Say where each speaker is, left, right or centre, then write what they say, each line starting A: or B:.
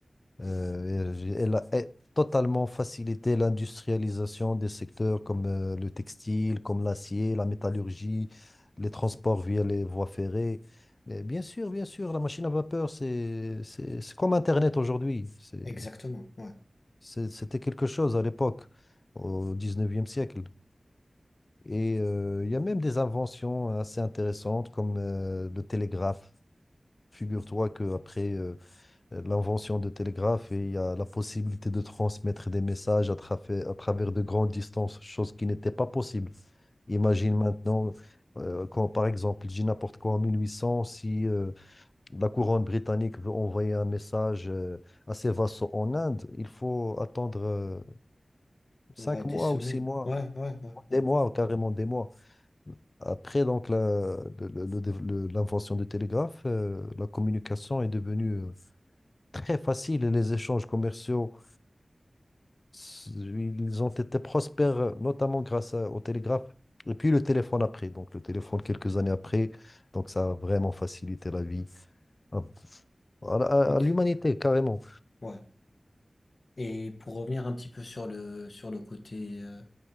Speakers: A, on the left (about 35°); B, on the left (about 60°).
A: Euh, elle elle a eh, totalement facilité l'industrialisation des secteurs comme euh, le textile, comme l'acier, la métallurgie, les transports via les voies ferrées. Et bien sûr, bien sûr, la machine à vapeur, c'est, c'est, c'est comme Internet aujourd'hui. C'est-
B: Exactement, ouais.
A: C'est- C'était quelque chose à l'époque, au 19e siècle. Et euh, il y a même des inventions assez intéressantes comme euh, le télégraphe. Figure-toi qu'après l'invention de télégraphe, il y a la possibilité de transmettre des messages à, trafa- à travers de grandes distances, chose qui n'était pas possible. Imagine maintenant, euh, quand par exemple, je dis n'importe quoi, en 1800, si euh, la couronne britannique veut envoyer un message euh, à ses vassaux en Inde, il faut attendre. euh, Cinq
B: Ouais, des
A: mois
B: semaines.
A: ou six mois,
B: Ouais, ouais, ouais, ouais.
A: des mois, carrément des mois. Après donc la- le- le- le dév- le- l'invention du télégraphe, euh, la communication est devenue euh, très facile et les échanges commerciaux, s- ils ont été prospères, euh, notamment grâce à- au télégraphe et puis le téléphone après. Donc le téléphone quelques années après, donc ça a vraiment facilité la vie à, à la-
B: Exactement.
A: à l'humanité carrément.
B: Ouais. Et pour revenir un petit peu sur le, sur le côté, euh,